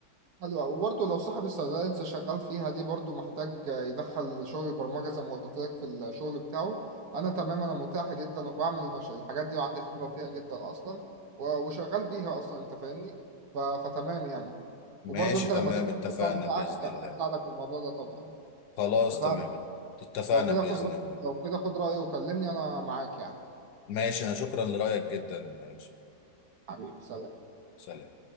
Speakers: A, on the right; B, on the left.
A: حلو أوي. وبرضه لو صاحب الصيدليه اللي انت شغال فيها دي برضه محتاج يدخل شغل البرمجه زي ما قلت لك في الشغل بتاعه انا تمام انا متاح جدا وبعمل المش... الحاجات دي وعندي خبره فيها جدا اصلا و... وشغال بيها اصلا انت فاهمني ف... فتمام يعني
B: ماشي
A: وبرضه انت
B: تمام
A: لما تفتح
B: اتفقنا
A: البتاع بتاعك
B: بإذن
A: اساعدك
B: الله
A: في الموضوع ده طبعا
B: خلاص
A: اتفقنا
B: تمام اتفقنا
A: لو كده
B: بإذن
A: خد رأي
B: الله
A: لو كده خد رأيي وكلمني انا معاك يعني
B: ماشي أنا شكرا لرأيك جدا يا يوسف
A: حبيبي سلام
B: سلام